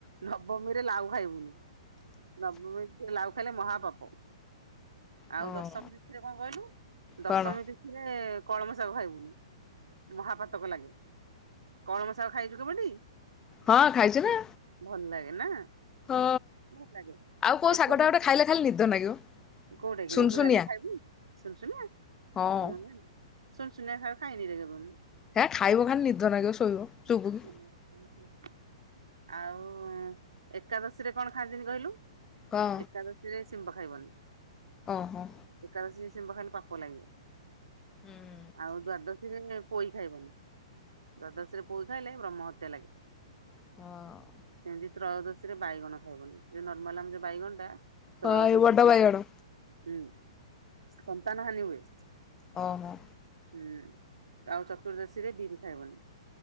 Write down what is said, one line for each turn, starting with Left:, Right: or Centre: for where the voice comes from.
Right: ନବମୀ ରେ ଲାଉ ଖାଇବୁନି। ନବମୀ ତିଥି ରେ ଲାଉ ଖାଇଲେ ମହାପାପ। ଆଉ
Left: ହଁ
Right: ଦଶମୀ ତିଥିରେ କଣ କହିଲୁ? ଦଶମୀ
Left: କଣ
Right: ତିଥ ଥିରେ କଳମ ଶାଗ ଖାଇବୁନି। ମହାପାତକ ଲାଗେ। କଲମ ଶାଗ ଖାଇଛୁ କେବେ ଟି?
Left: ହଁ ଖାଇଛି ନା।
Right: ଭଲ ଲାଗେ ନା?
Left: ହଁ
Right: ଭଲ ଲାଗେ
Left: ଆଉ କୋଉ
Right: ଏକାଦଶୀ
Left: ଶାଗଟା ଗୋଟେ ଖାଇଲେ ଖାଲି ନିଦ ନାଗିବ?
Right: କୋଉଟା କି
Left: ସୁନସୁନିଆ
Right: ଲୋ, ମୁଁ ଜାଣିନି ଖାଇବି, ସୁନସୁନିଆ?
Left: ହଁ।
Right: ମୁ ଜାଣିନି। ସୁନଶୁନିଆ ଶାଗ ଖାଇନି କେବେ ମୁହିଁ।
Left: ହେ ଖାଇବ ଖାଲି ନିଦ ନାଗିବ ଶୋଇବ। ଚୁବୁକି
Right: ଆମର ଖାଇଲେ କଣ? ଆଉ ଅଁ, ଏକାଦଶୀରେ କଣ ଖାଆନ୍ତିନି କହିଲୁ?
Left: ହଁ
Right: ଏକାଦଶୀ ରେ ଶିମ୍ବ ଖାଇବନି।
Left: ଓ ହଁ।
Right: ଏକାଦଶୀ ରେ ସିମ୍ବ ଖାଇଲେ ପାପ ଲାଗିବ।
Left: ହୁଁ।
Right: ଆଉ ଦ୍ଵାଦଶୀ ରେ ପୋଇ ଖାଇବନି। ଦ୍ଵାଦଶୀରେ ପୋଇ ଖାଇଲେ ବ୍ରହ୍ମହତ୍ୟା ଲାଗେ।
Left: ହଁ।
Right: ସେମିତି ତ୍ରୟୋଦଶୀ ରେ ବାଇଗଣ ଖାଇବନି। ଯୋଉ ନର୍ମାଲ୍ ଆମ ଯୋଉ ବାଇଗଣ ଟା। ତ୍ରୟୋଦଶୀରେ
Left: ହଁ ଏଇ ବଡ଼ ବାଇଗଣ।
Right: ହୁଁ, ସନ୍ତାନ ହାନି ହୁଏ।
Left: ହଁ, ହଁ।
Right: ହୁଁ, ଆଉ ଚତୁର୍ଦ୍ଦଶୀ ରେ ବିରି ଖାଇବନି।